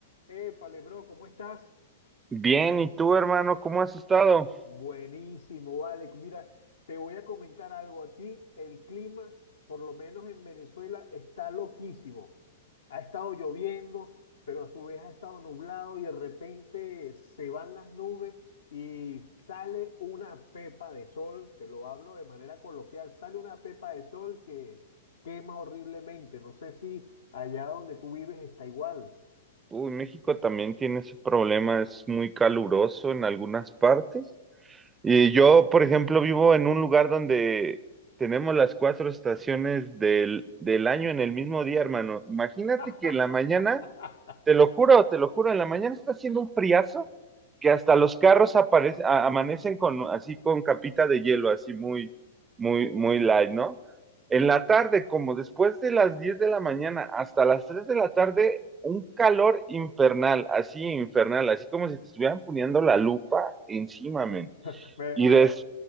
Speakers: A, on the left; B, on the right.
A: Épale, bro, ¿cómo estás?
B: Bien, ¿y tú, hermano, cómo has estado?
A: Buenísimo, vale. Mira, te voy a comentar algo. Aquí el clima, por lo menos en Venezuela, está loquísimo. Ha estado lloviendo, pero a su vez ha estado nublado y de repente se van las nubes y sale una pepa de sol. Te lo hablo de manera coloquial. Sale una pepa de sol que quema horriblemente. No sé si allá donde tú vives está igual.
B: Uy, México también tiene ese problema, es muy caluroso en algunas partes. Y yo, por ejemplo, vivo en un lugar donde tenemos las cuatro estaciones del, del año en el mismo día, hermano. Imagínate
A: <laughs>
B: que en la mañana Te lo juro, te lo juro, en la mañana está haciendo un friazo que hasta los carros aparecen, a- amanecen con así con capita de hielo, así muy, muy, muy light, ¿no? En la tarde, como después de las 10 de la mañana hasta las 3 de la tarde, un calor infernal, así infernal, así como si te estuvieran poniendo la lupa encima,
A: <laughs>
B: men.
A: Me,
B: Y
A: me
B: des,
A: da,